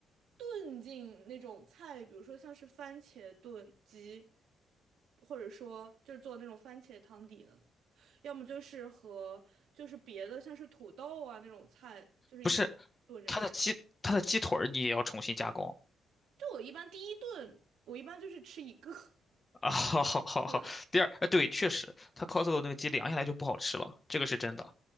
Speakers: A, on the right; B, on the left.
A: 炖进那种菜，比如说像是番茄炖鸡，或者说就是做那种番茄汤底的。要么就是和就是别的像是土豆啊那种菜，就是一起炖着吃。
B: 不是，它的鸡它的鸡腿儿你也要重新加工
A: 就我一般第一顿，我一般就是吃一个。<laughs>
B: 啊！<laughs> 好好好好，
A: 对，
B: 第二，呃，对，确实，它 c o s o 那个鸡凉下来就不好吃了，这个是真的